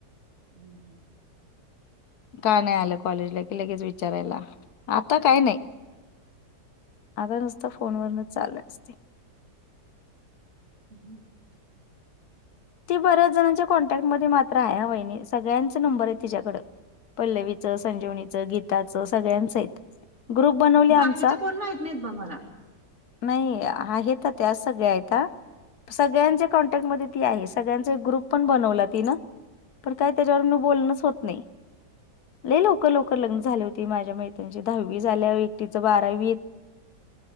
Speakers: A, on the right (about 40°); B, on the left (about 65°).
A: हम् ह <unintelligible>
B: का नाही आलं कॉलेजला कि लगेच विचारायला आता काय नाही. आता नुसत फोन वरनच चालू असते.
A: ह हम. <unintelligible>
B: ती बऱ्याच जणांच्या कॉन्टॅक्ट मध्ये मात्र आहे ह वहिणी सगळ्यांचा नंबर आहे तिच्याकडं. पल्लवीच, संजीवनीच, गीताच सगळ्यांच आहेत. ग्रुप बनवले
A: बाकीच्या
B: आमचा?
A: कोण माहित नाहीत बा मला
B: नाही आहेत त्या सगळ्या आता सगळ्यांच्या कॉन्टॅक्टमध्ये ती आहेस. सगळ्यांचा एक ग्रुप पण बनवला तिन पण काय त्याच्यावर न बोलणंच होत नाही. लय लवकर, लवकर लग्न झाले होती माझ्या मैत्रीणी चे दहावी झाल्यावर एकटीच बारावीत